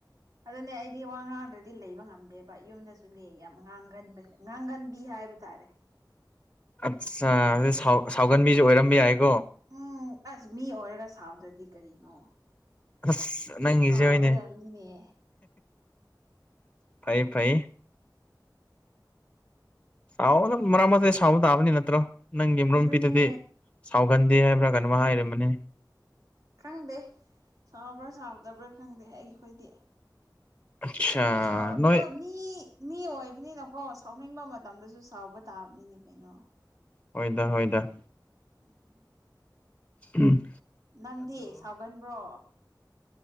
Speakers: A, on the right; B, on the left.
A: ꯑꯗꯨꯅꯦ ꯑꯩꯗꯤ ꯋꯥ ꯉꯥꯡꯗꯗꯤ ꯂꯩꯕ ꯉꯝꯗꯦꯕ ꯌꯨꯝꯗꯁꯨꯅꯦ ꯌꯥꯝ ꯉꯥꯡꯒꯟꯕ ꯉꯥꯡꯒꯟꯕꯤ ꯍꯥꯏꯕ ꯇꯥꯔꯦ
B: ꯑꯠꯆꯥ
A: ꯇꯨꯃꯤꯟꯅ
B: ꯑꯗꯨ
A: ꯂꯩꯇꯕꯤꯗꯣ
B: ꯁꯥꯎꯒꯟꯕꯤꯁꯨ ꯑꯣꯏꯔꯝꯕ ꯌꯥꯏꯀꯣ
A: ꯎꯝ ꯑꯁ ꯃꯤ ꯑꯣꯏꯔꯒ ꯁꯥꯎꯗ꯭ꯔꯗꯤ ꯀꯔꯤꯅꯣ
B: ꯑꯁ ꯅꯪꯉꯁꯦꯅꯦ
A: ꯁꯥꯎꯒꯗꯕꯅꯤꯅꯦ
B: ꯐꯩ ꯐꯩ ꯁꯥꯎ ꯑꯗꯨꯝ ꯃꯔꯛ ꯃꯇꯊꯥꯏ ꯁꯥꯎꯕ ꯇꯥꯕꯅꯤ ꯅꯠꯇ꯭ꯔꯣ ꯅꯪꯒꯤ ꯃꯔꯨꯞ
A: ꯑꯗꯨꯅꯦ
B: ꯅꯨꯄꯤꯗꯨꯗꯤ ꯁꯥꯎꯒꯟꯗꯦ ꯍꯥꯏꯕ꯭ꯔꯥ ꯀꯩꯅꯣ ꯍꯥꯏꯔꯝꯕꯅꯤ
A: ꯈꯪꯗꯦ ꯁꯥꯎꯕ꯭ꯔꯥ ꯁꯥꯎꯗꯕ꯭ꯔꯥ ꯈꯪꯗꯦ ꯑꯩꯈꯣꯏꯗꯤ
B: ꯑꯠꯆꯥ
A: ꯁꯥꯎꯔ
B: ꯅꯣꯏ
A: ꯃꯤ ꯃꯤ ꯑꯣꯏꯕꯅꯤꯅꯀꯣ ꯁꯥꯎꯅꯤꯡꯕ ꯃꯇꯝꯗꯁꯨ ꯁꯥꯎꯕ ꯇꯥꯕꯅꯤꯅꯦ ꯀꯩꯅꯣ
B: ꯍꯗ ꯍꯣꯏꯗ
A: ꯎꯝ
B: ꯎꯝ
A: ꯅꯪꯗꯤ ꯁꯥꯎꯒꯟꯕ꯭ꯔꯣ